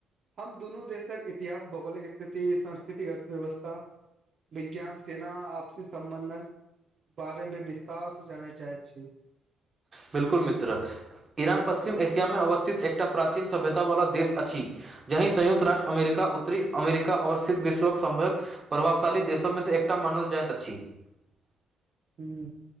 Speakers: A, on the right (about 50°); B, on the right (about 30°).
A: हम दुनू देशक इतिहास भौगोलिक स्थिति सांस्कृतिक अर्थव्यवस्था। विज्ञान सेना आपस सम्बन्धन। बारेमे विस्तार से जानय चाहैत छी।
B: बिलकुल मित्र। ईरान पश्चिम एशियामे अवस्थित एकटा प्राचीन सभ्यतावला देश अछि जहि संयुक्त राष्ट्र अमेरिका। उत्तरी अमेरिका अवस्थित विश्वक सभक प्रभावशाली देशमे से एकटा मानल जाइत अछि। <unintelligible>
A: ह्म।